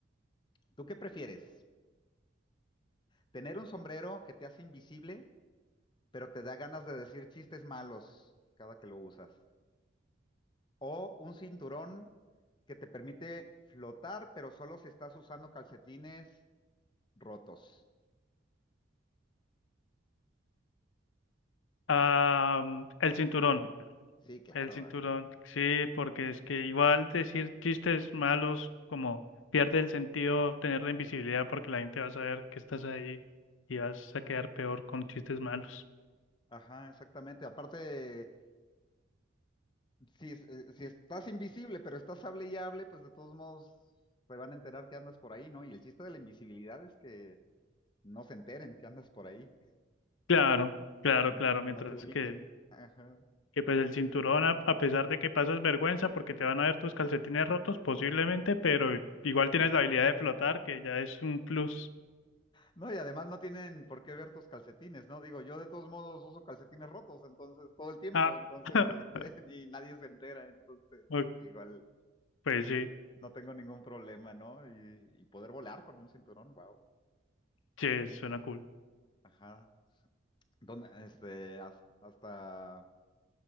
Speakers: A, on the left; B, on the left.
A: ¿Tú qué prefieres? ¿Tener un sombrero que te hace invisible, pero te da ganas de decir chistes malos cada que lo usas? ¿O un cinturón que te permite flotar, pero solo si estás usando calcetines rotos?
B: Ah, el cinturón,
A: Sí, claro,
B: el cinturón,
A: ajá.
B: sí, porque es que igual decir chistes malos como pierde el sentido tener la invisibilidad porque la gente va a saber que estás ahí y vas a quedar peor con chistes malos.
A: Ajá, exactamente. Aparte, si, eh, si estás invisible, pero estás hable y hable, pues de todos modos se van a enterar que andas por ahí, ¿no? Y el chiste de la invisibilidad es que no se enteren que andas por ahí.
B: Claro, claro,
A: Que no,
B: claro,
A: que
B: mientras
A: no te ubiquen.
B: que,
A: Ajá.
B: que pues el cinturón, a, a pesar de que pasas vergüenza porque te van a ver tus calcetines rotos posiblemente, pero igual tienes la habilidad de flotar, que ya es un plus.
A: No, y además no tienen por qué ver tus calcetines, ¿no? Digo, yo de todos modos uso calcetines rotos, entonces, todo el tiempo,
B: Ah,
A: entonces,
B: <laughs>
A: este, <laughs> y nadie se entera, entonces,
B: ok,
A: pues igual
B: pues sí,
A: no tengo ningún problema, ¿no? Y, y poder volar con un cinturón, wow.
B: sí, suena cool.
A: Ajá. Donde, este, has- hasta